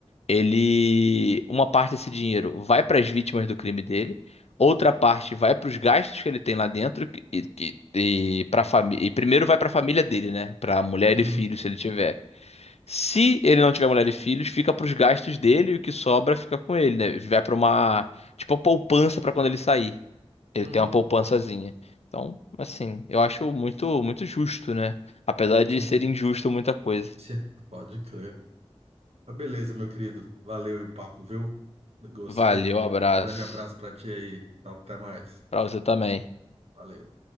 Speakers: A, on the left; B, on the right.
A: ele. Uma parte desse dinheiro vai para as vítimas do crime dele, outra parte vai para os gastos que ele tem lá dentro, que- e, que- e, para família. E primeiro vai para a família dele, né? Para mulher
B: Uhum.
A: e filhos, se ele tiver. Se ele não tiver mulher e filhos, fica para os gastos dele e o que sobra fica com ele, né? Vai para uma, tipo, poupança para quando ele sair. Ele
B: Uhum.
A: tem uma poupançazinha. Então, assim, eu acho muito, muito justo, né? Apesar de
B: Sim.
A: ser injusto
B: <laughs>
A: muita coisa.
B: Tchê, Pode crer. Mas beleza, meu querido. Valeu aí o papo, viu? Gostei.
A: Valeu, abraço.
B: Grande abraço pra ti aí. Tá- Até mais.
A: Pra você também.
B: Valeu.